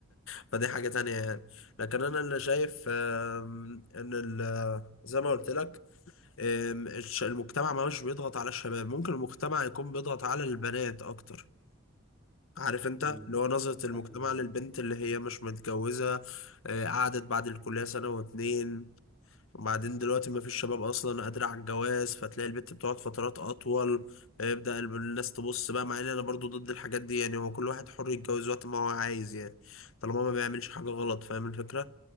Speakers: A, on the left; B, in the centre.
A: فدي حاجة تانية يعني لكن أنا اللي شايف آم، إن ال- زي ما قلت لك أم، الش- المجتمع ما مش بيضغط على الشباب ممكن المجتمع يكون بيضغط على البنات اكتر عارف انت
B: امم
A: اللي هو نظرة المجتمع
B: ايوه ايوه
A: للبنت اللي هي مش متجوزة آه، قعدت بعد الكلية سنة واتنين وبعدين دلوقتي ما فيش شباب اصلا قادرة على الجواز فتلاقي البنت بتقعد فترات اطول آه، يبدأ الب- الناس تبص بقى مع ان انا برضو ضد الحاجات دي يعني هو كل واحد حر يتجوز وقت ما هو عايز يعني طالما ما بيعملش حاجة غلط فاهم الفكرة